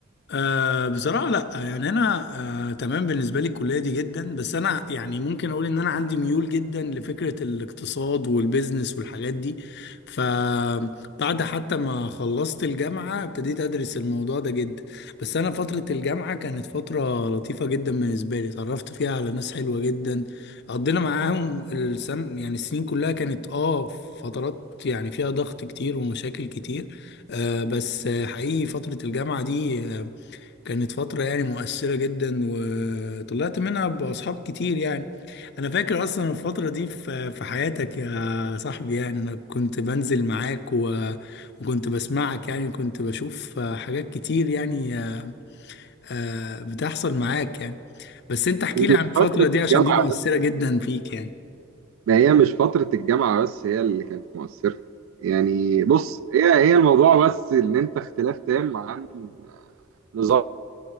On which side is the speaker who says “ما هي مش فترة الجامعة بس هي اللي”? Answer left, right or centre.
Right